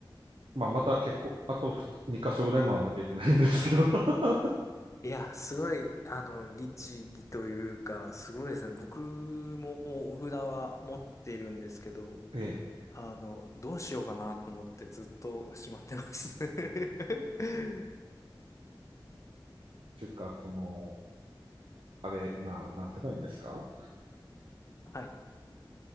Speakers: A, on the right; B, on the left.
A: まあ、また結構、あと2箇所ぐらい回らなきゃいけないんですけど。<laughs>
B: いや、すごい、あの、律儀というか、すごいですね。僕もお札は持っているんですけど、
A: ええ。
B: あの、どうしようかなと思ってずっとしまってます。<laughs>
A: っていうか、この、あれ、な、なんて言えばいいんですか
B: はい。